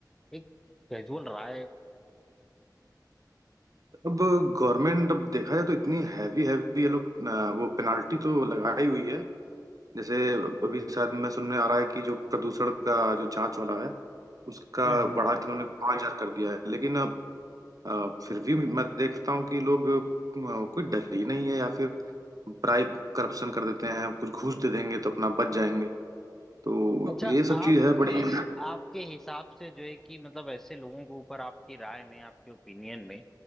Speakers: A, in the centre; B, on the right.
A: एक कैजुअल राय
B: अब गवर्नमेंट अब देखा जाए तो इतनी हैवी हैवी ये लोग अ, वो पेनाल्टी तो लगाई हुई है जैसे अभी शायद मैं सुनने आ रहा है कि जो प्रदूषण का जो जांच वाला है उसका
A: हम्म
B: बढ़ा
A: हम्म।
B: के उन्होंने पाँच हजार कर दिया है लेकिन अब अ, फिर भी मैं देखता हूँ कि लोग अ, कोई डर ही नहीं है या फिर ब्राइब करप्शन कर देते हैं कुछ घूस दे देंगे तो अपना बच जाएंगे तो
A: अच्छा
B: ये सब
A: आपके
B: चीज है बड़ी
A: आपके हिसाब से जो है कि मतलब ऐसे लोगों के ऊपर आपकी राय में आपके ओपिनियन में